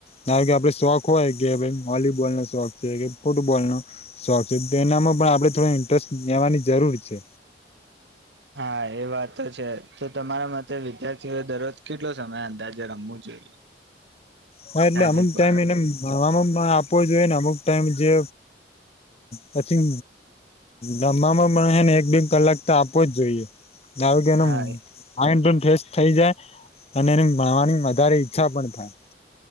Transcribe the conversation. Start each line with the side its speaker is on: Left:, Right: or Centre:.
Left: ના કે આપડે શોખ હોય કે ભાઈ વોલીબોલ નો શોખ છે કે ફૂટબોલનો શોખ છે એનામાં પણ આપડે થોડો ઇન્ટરેસ્ટ લેવાની જરૂર છે
Right: હા એ વાત તો છે તો તમારા મતે વિદ્યાર્થીઓએ દરરોજ કેટલો સમય અંદાજે રમવું જોઈએ.
Left: હા એટલે
Right: સાજીક
Left: અમુક ટાઈમ
Right: બાર
Left: એને ભણવામાં પણ આપવો જોઈએ ને અમુક ટાઈમ જે પછી રમવામાં પણ હેને એક બે કલાક તો આપવો જ જોઈએ. નાવગેનું
Right: હા
Left: આ <unintelligible> ફ્રેશ થઈ જાય અને એને ભણવાની વધારે ઈચ્છા પણ થાય.